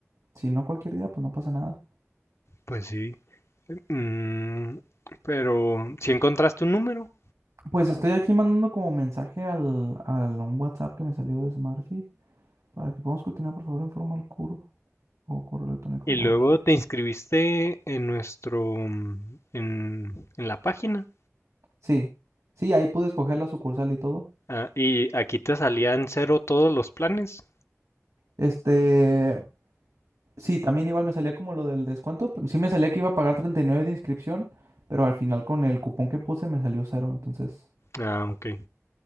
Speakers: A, on the right; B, on the left.
A: si no cualquier día, pues no pasa nada.
B: Pues sí, mm, pero si encontraste un número.
A: Pues estoy aquí mandando como mensaje al, al un WhatsApp que me salió de Smart Fit para que podamos continuar, por favor, informa al curvo o correo electrónico.
B: Y luego
A: Ah, aquí ya.
B: te inscribiste en nuestro, mm, en, en la página.
A: Sí, sí, ahí pude escoger la sucursal y todo.
B: Ah, y aquí te salían cero todos los planes.
A: Este. Sí, también igual me salía como lo del descuento. pero Sí me salía que iba a pagar 39 de inscripción, pero al final con el cupón que puse me salió cero. Entonces,
B: Ah, ok.